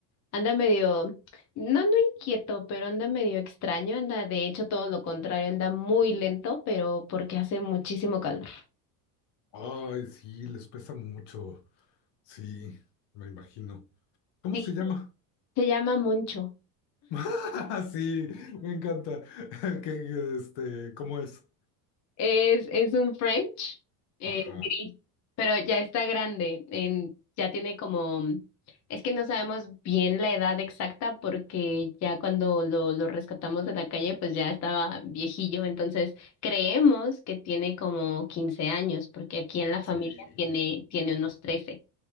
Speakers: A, on the left; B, on the left.
A: anda medio, no, no inquieto, pero anda medio extraño, anda, de hecho, todo lo contrario, anda muy lento, pero porque hace muchísimo calor.
B: Ay, sí, les pesa mucho. Sí, me imagino. ¿Cómo
A: Sí,
B: se llama?
A: se llama Moncho.
B: <laughs> Sí, me encanta. <laughs> Que, este, ¿cómo es?
A: Es, es un French eh,
B: Ajá,
A: gris, pero ya está grande, en, ya tiene como, es que no sabemos bien la edad exacta porque ya cuando lo, lo rescatamos de la calle, pues ya estaba viejillo, entonces creemos que tiene como 15 años, porque aquí en la familia
B: sí,
A: tiene, tiene unos trece